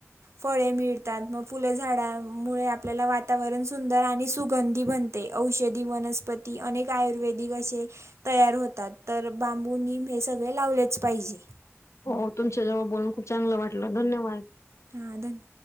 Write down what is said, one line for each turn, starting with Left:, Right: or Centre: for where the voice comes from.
Right: फळे मिळतात मग फुलं झाडामुळे आपल्याला वातावरण सुंदर आणि सुगंधी बन ते औषधी वनस्पती अनेक आयुर्वेदिक असे तयार होतात तर बांबू निम हे सगळे लावलेच पाहिजे
Left: हो तुमच्या जवळ बोलून खूप चांगलं वाटलं धन्यवाद
Right: हा धन्य